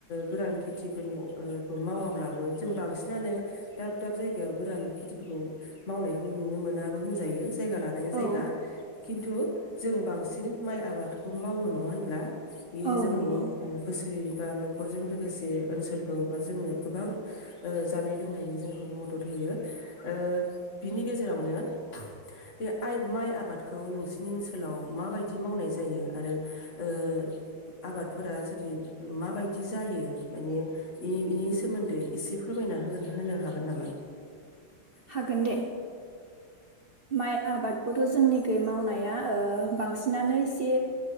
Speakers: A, on the left; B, on the right.
A: गोरान खेथिफोरनि मावाब्लाबो जों बांसिनानो दाब दाब जायगायाव गोरान खेथिफोरखौ मावनायखौ नुनो मोनाबो होनजायो जायगा लानायनि
B: औ
A: जायगा खिन्थु जों बांसिन माइ आबाद खौ मावो नङा होनब्ला बेयो
B: औ
A: जोंनि
B: नंगौ
A: बोसोर बा न'खरजों लोगोसे ओनसोलखौ बा जोंनो गोबां ओ जानाय लोंनायनि जोंखौ मदद होयो ओ बिनि गेजेरावनो बे आइ माइ आबादखौ नोंसिनि ओनसोलाव माबायदि मावनाय जायो। आरो ओ आबादफोरा जुदि माबायदि जायो माने बेनि सोमोन्दै एसे फोरमायना होगोन होनो हागोन नामा?
B: हागोन दे माइ आबादखौथ' जोंनिखै मावनाया ओ बांसिनानो ए